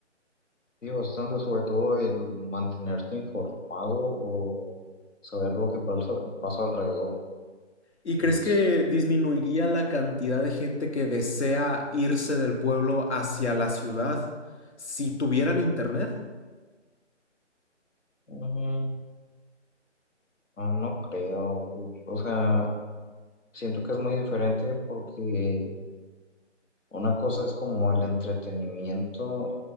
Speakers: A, on the left; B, on the left.
A: Sí, bastante, sobre todo el mantenerte informado o saber lo que pasa, pasa alrededor.
B: ¿Y
A: Y
B: crees que
A: es-
B: disminuiría la cantidad de gente que desea irse del pueblo hacia la ciudad si tuvieran internet?
A: mm, ah, no creo, o sea, siento que es muy diferente porque una cosa es como el entretenimiento